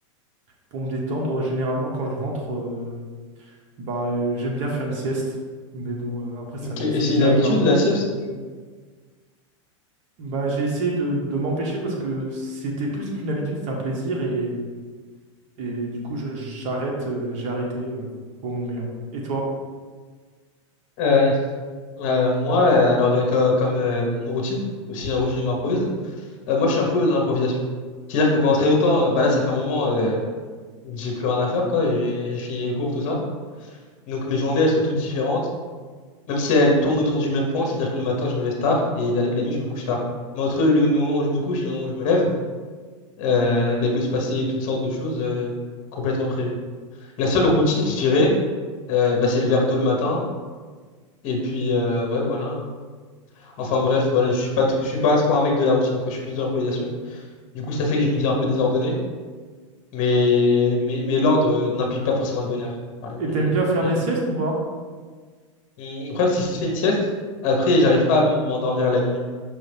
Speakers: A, on the right (about 45°); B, on the left (about 50°).
A: pour me détendre, généralement, quand je rentre, euh, bah, euh, j'aime bien faire une sieste. Mais bon, euh, après,
B: Ok,
A: ça,
B: et
A: ça
B: c'est
A: me dérègle
B: une habitude
A: un peu.
B: la sieste ou-
A: Bah, j'ai essayé de, de m'empêcher parce que c'était plus qu'une habitude, c'est un plaisir et, et du coup, je- j'arrête, euh, j'ai arrêté euh, pour mon bien. Et toi?
B: Euh, euh, moi, euh, alors euh, co- comme, euh, routine, aussi une routine improvise, Euh, moi, je suis un peu dans l'improvisation. C'est-à-dire que pendant très longtemps, euh, bah là, ça fait un moment, euh, j'ai plus rien à faire, quoi. J'ai j'ai fini les cours, tout ça. Donc mes journées, elles sont toutes différentes. Même si elles tournent autour du même point, c'est-à-dire que le matin, je me lève tard et la, la nuit, je me couche tard. Mais entre le moment où je me couche et le moment où je me lève, euh, bah, il peut se passer toutes sortes de choses euh, complètement imprévues. La seule routine, je dirais, euh, bah, c'est le verre d'eau le matin. Et puis, euh, ouais, voilà. Enfin bref, voilà, je suis pas trop, je suis pas trop un mec de la routine, quoi. Je suis plus de l'improvisation. Du coup, ça fait que j'ai une vie un peu désordonnée. Mais, mais, mais l'ordre euh, n'implique pas forcément le bonheur. Voilà,
A: Et
B: je-
A: t'aimes bien faire
B: bien.
A: des siestes ou pas?
B: Hum, Le problème, c'est que si je fais une sieste, après, j'arrive pas à m'endormir la nuit.